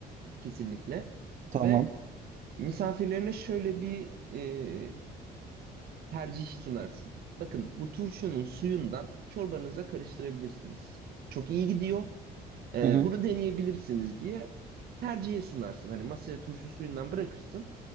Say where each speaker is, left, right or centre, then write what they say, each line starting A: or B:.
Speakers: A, on the right; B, on the right.
A: Kesinlikle.
B: Tamam.
A: Ve misafirlerine şöyle bir e, tercih sunarsın. Bakın bu turşunun suyundan çorbanıza karıştırabilirsiniz. Çok iyi gidiyor. Ee,
B: Hı hı.
A: bunu deneyebilirsiniz diye tercihe sunarsın. Hani masaya turşu suyundan bırakırsın,